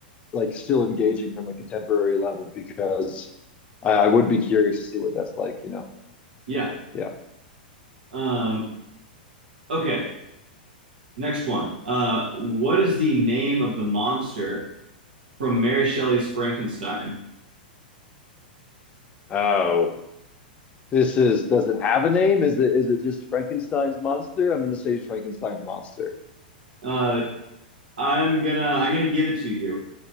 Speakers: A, on the left; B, on the right.
A: like still engaging from a contemporary level because I, I would be curious to see what that's like, you know.
B: Yeah.
A: Yeah.
B: Um, okay. Next one. Uh, what is the name of the monster from Mary Shelley's Frankenstein?
A: Oh, This is does it have a name? Is it is it just Frankenstein's monster? I'm gonna say Frankenstein's monster.
B: Uh, I'm gonna I'm gonna give it to you.